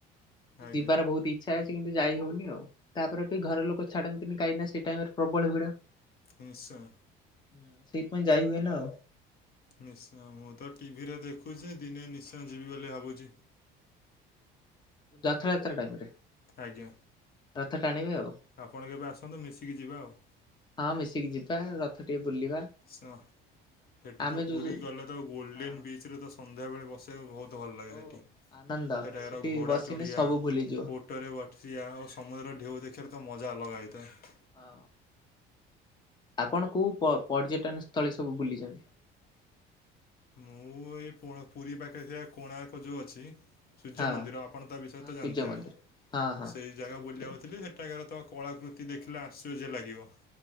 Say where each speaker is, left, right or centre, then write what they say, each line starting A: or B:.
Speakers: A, on the left (about 50°); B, on the left (about 20°).
A: ଆଜ୍ଞା
B: ଯିବାର ବହୁତ ଇଚ୍ଛା ଅଛି କିନ୍ତୁ ଯାଇ ହଉନି ଆଉ, ତାପରେ ବି ଘର ଲୋକ ଛାଡନ୍ତିନ କାହିଁକି ସେ ଟାଇମ ରେ ପ୍ରବଳ ଭିଡ଼।
A: ନିଶ୍ଚୟ।
B: ହଁ ସେଇଥିପାଇଁ ଯାଇ ହୁଏନା ଆଉ।
A: ନିଶ୍ଚୟ ମୁଁ ତ ଟିଭିରେ ଦେଖୁଛି ଦିନେ ନିଶ୍ଚୟ ଯିବି ବୋଲି ଭାବୁଛି।
B: ରଥଯାତ୍ରା ଟାଇମ ରେ।
A: ଆଜ୍ଞା।
B: ରଥ ଟାଣିବେ ଆଉ।
A: ଆପଣ କେବେ ଆସନ୍ତୁ ମିଶିକି ଯିବା ଆଉ।
B: ହଁ ମିଶିକି ଯିବା ରଥ ଟିକେ ବୁଲିବା।
A: ସେଁ ସେଠି
B: ଆମେ
A: ତ
B: ଯୋଉ
A: ପୁରୀ
B: ଯୋଉ
A: ଗଲେ ତ ଗୋଲ୍ଡେନ
B: ହଁ
A: ବିଚରେ ତ ସନ୍ଧ୍ୟାବେଳେ ବସ ସିବା ବହୁତ ଭଲ ଲାଗେ
B: ଓ
A: ସେଠି
B: ଆନନ୍ଦ
A: ସେଠାକାର
B: ସେଠି
A: ଘୋଡ଼ା
B: ବସିଲେ
A: ଚଢ଼ିଆ,
B: ସବୁ ଭୁଲିଯିବ।
A: ଓଟ ଓଟ ରେ ବସିବା ଆଉ ସମୁଦ୍ରର ଢେଉ ଦେଖିବାରେ ତ ମଜା ଅଲଗା ହୋଇଥାଏ।
B: ହଁ। ଆପଣ କୋଉ ପ୍ର ପର୍ଯ୍ୟଟନ ସ୍ଥଳୀ ସବୁ ବୁଲିଛନ୍ତି?
A: ମୁଁ ଏଇ ପୋଣ ପୁରୀ ପାଖରେ ଥିବା କୋଣାର୍କ ଯୋଉ ଅଛି ସୂର୍ଯ୍ୟ
B: ହଁ
A: ମନ୍ଦିର ଆପଣ ତା ବିଷୟରେ
B: ହଁ
A: ତ ଜାଣିଥିବେ।
B: ସୂର୍ଯ୍ୟ ମନ୍ଦିର ହଁ ହଁ
A: ସେଇ ଜାଗା
B: ମନ୍ଦିର
A: ବୁଲିବାକୁ ଥିଲି ସେଠାକାର ତ କଳାକୃତି ଦେଖିଲେ ଆଶ୍ଚର୍ଯ୍ୟ ଲାଗିବ।